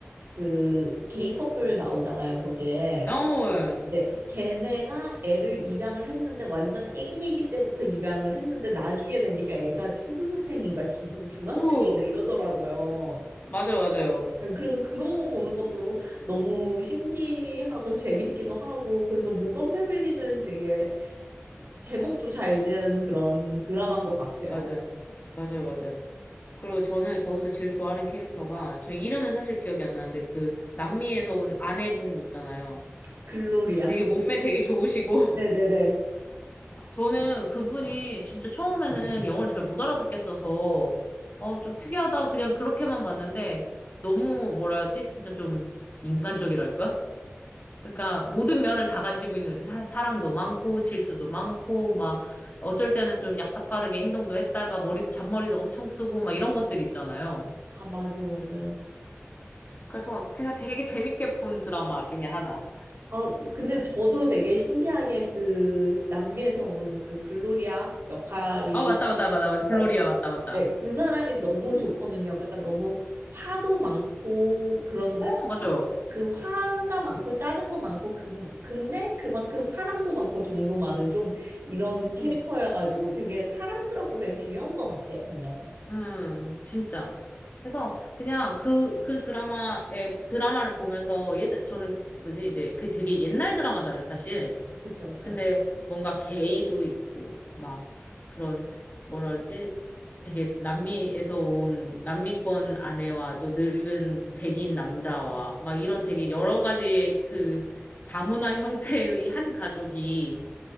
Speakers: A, on the right (about 60°); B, on the left (about 40°).
A: 그, 게이 커플 나오잖아요, 거기에.
B: 어, 예.
A: 네, 걔네가 애를 입양을 했는데 완전 애기애기 때부터 입양을 했는데 나중에 되니까 애가 초등학생인가 주, 중학생인가
B: 오,
A: 이러더라고요.
B: 지- 맞아요, 맞아요.
A: 음, 그래서 그런 거 보는 것도 너무 신기하고 재밌기도 하고 그래서 모던 패밀리는 되게 제목도 잘 지은 그런 드라마인 것 같아요.
B: 맞아요. 맞아요, 맞아요. 그리고 저는 거기서 제일 좋아하는 캐릭터가, 저 이름은 사실 기억이 안 나는데 그 남미에서 온 아내분 있잖아요.
A: 글로리아.
B: 되게 몸매 되게 좋으시고. <laughs>
A: 네네네.
B: 저는 그분이 진짜 처음에는 영어를 잘 못 알아듣겠어서, 어, 좀 특이하다. 그냥 그렇게만 봤는데 너무 뭐라 하지? 진짜 좀 인간적이랄까? 그러니까 모든 면을 다 가지고 있는 사, 사랑도 많고 질투도 많고 막 어쩔 때는 좀 약삭빠르게 행동도 했다가 머리 잔머리도 엄청 쓰고 막 이런 것들 있잖아요.
A: 아, 맞아요, 맞아요.
B: 그래서 그냥 되게 재밌게 본 드라마 중에 하나.
A: 아, 근데 저도 되게 신기하게 그 남미에서 온 그 글로리아 역할이
B: 아 맞다 맞다 맞다 맞다 글로리아
A: 네,
B: 맞다 맞다.
A: 네, 그 사람이 너무 좋거든요. 그러니까 너무 화도 많고, 그런데
B: 어, 맞아요.
A: 또 그 화가 많고, 짜증도 많고, 그, 근데 그만큼 사랑도 많고, 정도 많은 좀 이런 캐릭터여가지고
B: 응.
A: 되게 사랑스럽고 그냥 귀여운 것 같아요, 보면은.
B: 음, 음, 진짜. 그래서 그냥 그, 그 드라마에, 드라마를 보면서 예전, 저는 뭐지, 이제 그게 되게 옛날 드라마잖아요, 사실.
A: 그쵸, 그쵸.
B: 근데 뭔가 게이도 있고 막 그런 뭐라 그러지? 되게 남미에서 온 남미권 아내와 또 늙은 백인 남자와 막 이런 되게 여러 가지의 그 다문화 형태의 한 가족이